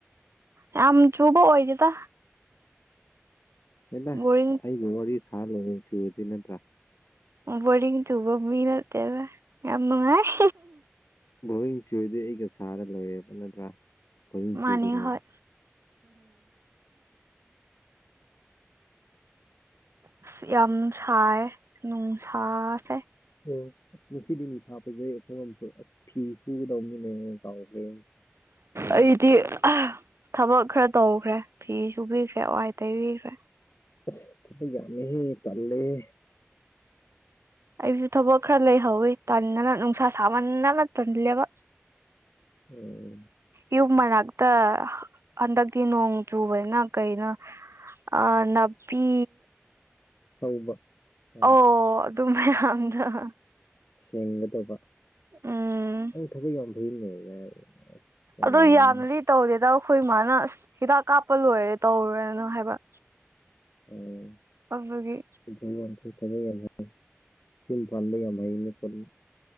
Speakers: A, on the right; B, on the left.
A: ꯌꯥꯝ ꯆꯨꯕ ꯑꯣꯏꯗꯦꯗ
B: ꯍꯦꯅ
A: ꯕꯣꯔꯤꯡ
B: ꯑꯩꯒ ꯋꯥꯔꯤ ꯁꯥꯔ ꯂꯣꯏꯔꯦ ꯆꯨꯔꯗꯤ ꯅꯠꯇ꯭ꯔꯥ
A: ꯕꯣꯏꯔꯤꯡ ꯆꯨꯕ ꯃꯤ ꯅꯠꯇꯦꯗ ꯌꯥꯝ ꯅꯨꯉꯥꯏ
B: ꯕꯣꯔꯤꯡ ꯆꯨꯔꯗꯤ ꯑꯩꯒ ꯁꯥꯔ ꯂꯣꯏꯔꯦꯕ ꯅꯠꯇ꯭ꯔꯥ ꯕꯣꯔꯤꯡ
A: ꯃꯥꯅꯤ
B: ꯆꯨꯗꯅꯕ
A: ꯍꯣꯏ ꯑꯁ ꯌꯥꯝ ꯁꯥꯌꯦ ꯅꯨꯡꯁꯥꯁꯦ
B: ꯑꯣ ꯑꯁ ꯉꯁꯤꯗꯤ ꯅꯨꯡꯁꯥ ꯐꯖꯩ ꯑꯈꯣꯏꯔꯣꯝꯁꯨ ꯑꯁ ꯐꯤ ꯁꯨꯒꯗꯧꯅꯤꯅꯦ ꯀꯥꯎꯒ꯭ꯔꯦ ꯑꯩꯁ
A: ꯑꯩꯗꯤ ꯊꯕꯛ ꯈꯔ ꯇꯧꯈ꯭ꯔꯦ ꯐꯤ ꯁꯨꯕꯤꯈ꯭ꯔꯦ ꯋꯥꯏ ꯇꯩꯕꯤꯈ꯭ꯔꯦ
B: ꯑꯁ ꯊꯕꯛ ꯌꯥꯝꯃꯤꯍꯦ ꯇꯜꯂꯦꯍꯦ
A: ꯑꯩꯖꯨ ꯊꯕꯛ ꯈꯔ ꯂꯩꯍꯧꯋꯤ ꯇꯟꯗꯅ ꯅꯨꯡꯁꯥ ꯁꯥꯃꯟꯗꯅ ꯇꯟꯂꯦꯕ
B: <unintelligible>
A: ꯌꯨꯝ ꯃꯅꯥꯛꯇ ꯍꯟꯗꯛꯇꯤ ꯅꯣꯡ ꯆꯨꯕꯅ ꯀꯩꯅꯣ꯫ ꯑ ꯅꯥꯄꯤ
B: ꯍꯧꯕ ꯌꯥꯝ
A: ꯑꯣ ꯑꯗꯨ ꯃꯌꯥꯝꯗꫭ
B: ꯁꯦꯡꯒꯗꯕ
A: ꯎꯝ
B: ꯅꯪ ꯊꯕꯛ ꯌꯥꯝ ꯐꯩꯅꯦ ꯌꯥꯏ ꯑꯁ ꯌꯥꯝ
A: ꯑꯗꫭ
B: ꯌꯥꯅꯤꯡꯉꯤ
A: ꯌꯥꯝꯅꯗꯤ ꯇꯧꯗꯦꯗ ꯑꯩꯈꯣꯏ ꯃꯥꯅ ꯑꯁ ꯍꯤꯗꯥꯛ ꯀꯥꯞꯄ ꯂꯣꯏꯔꯦ ꯇꯧꯔꯨꯔꯅꯨ ꯍꯥꯏꯕ
B: ꯎꯝ
A: ꯑꯗꯨꯒꯤ
B: <unintelligible> ꯊꯕꯛ ꯌꯥꯝ ꯌꯥꯡꯉꯦ ꯌꯨꯝ ꯄꯥꯟꯕ ꯌꯥꯝ ꯍꯩꯅꯤ <unintelligible>